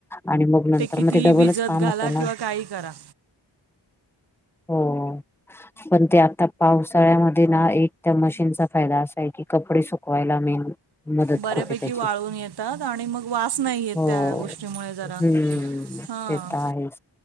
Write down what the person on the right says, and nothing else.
कितीही
भिजत
घाला
किंवा
काही करा
बऱ्यापैकी
वाळून येतात आणि मग वास नाही येत
त्या गोष्टीमुळे जरा
हां